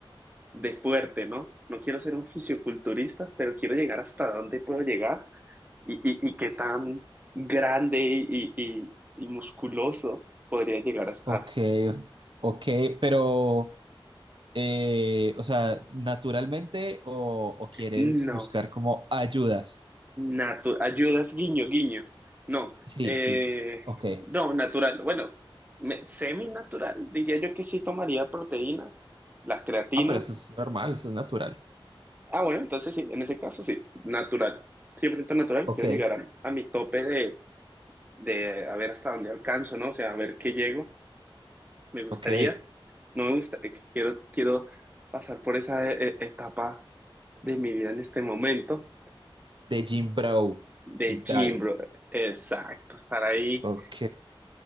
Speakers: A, on the right; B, on the right.
A: de fuerte, ¿no? No quiero ser un fisioculturista, pero quiero llegar hasta dónde puedo llegar y, y, y qué tan grande y, y, y y musculoso podría llegar a estar.
B: ok, ok, pero, eh, o sea, naturalmente o, o quieres
A: No.
B: buscar como ayudas.
A: Natu- ayudas, guiño, guiño. No,
B: Sí,
A: eh,
B: sí. Ok,
A: no, natural. Bueno, me- semi-natural, diría yo que sí tomaría proteína, la creatina.
B: Ah, pero eso es normal, eso es natural.
A: Ah, bueno, entonces sí, en ese caso sí, natural. 100% natural,
B: ok.
A: quiero llegar a, a mi tope de, de a ver hasta dónde alcanzo, ¿no? O sea, a ver qué llego, me gustaría.
B: Ok,
A: No me gusta, eh, quiero, quiero pasar por esa eh, eh, etapa de mi vida en este momento,
B: de Jim Brow
A: de
B: y tal.
A: gym, bro. Exacto, estar ahí
B: Ok.